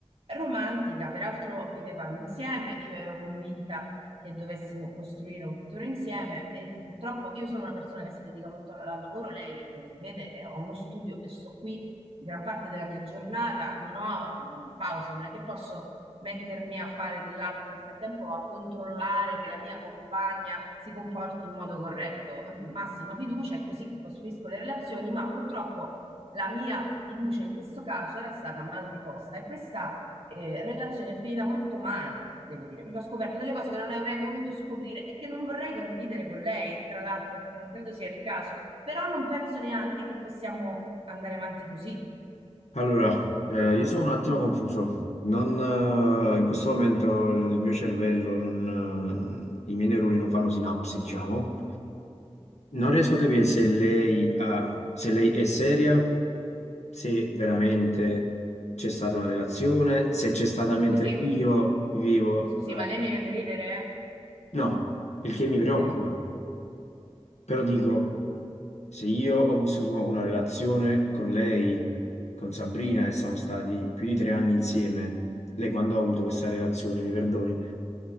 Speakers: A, on the right; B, on the left.
A: romantica, peraltro vivevamo insieme, io ero convinta che dovessimo costruire un futuro insieme e purtroppo io sono una persona che si dedica molto al al lavoro, lei eh, vede, eh, ho uno studio e sto qui gran parte della mia giornata, non ho mh, pause, non è che posso mettermi a fare dell'altro nel frattempo o a controllare che la mia compagna si comporti in modo corretto. Mm, Massima fiducia, è così che costruisco le relazioni, ma purtroppo la mia fiducia in questo caso era stata mal riposta e questa eh, relazione è finita molto male, devo dire, perché ho scoperto delle cose che non avrei voluto scoprire e che non vorrei condividere con lei, tra l'altro, perché non credo sia il caso, però non penso neanche che possiamo andare avanti così.
B: Allora, eh, io sono un attimo confuso. Non, eh, in questo momento il mio cervello, non, eh, i miei neuroni non fanno sinapsi, diciamo. Non riesco a capire se lei, ha- se lei è seria, se veramente c'è stata una relazione, se c'è stata
A: Mi
B: mentre
A: scusi,
B: io vivevo
A: mi scusi,
B: la...
A: ma lei mi vede ridere?
B: No, il che mi
A: Ok.
B: preoccupa. Però dico,
A: Eh,
B: se io ho vissuto una relazione con lei, con Sabrina, e siamo stati più di tre anni insieme, lei quando ha avuto questa relazione, mi perdoni,